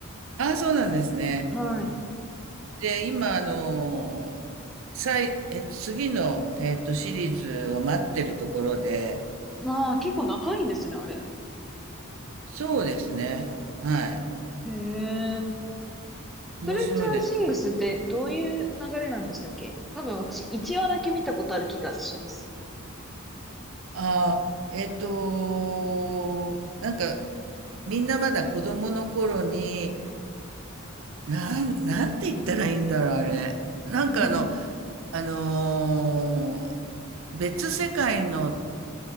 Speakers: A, on the right (about 70°); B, in the centre.
A: ああ、そうなんですね。
B: はい。
A: で、今、あの、最、え、次の、えっと、シリーズを待ってるところで、
B: ああ、結構長いんですね、あれ。
A: そうですね。はい。
B: へえ。ス
A: 面白いです。
B: トレンジャーシングスってどういう流れなんでしたっけ多分私、1話だけ見たことある気がします。
A: ああ、えっと、なんか、みんなまだ子供の頃に、なん、なんて言ったらいいんだろう、あれ。なんかあの、
B: <laughs>
A: あのー別世界の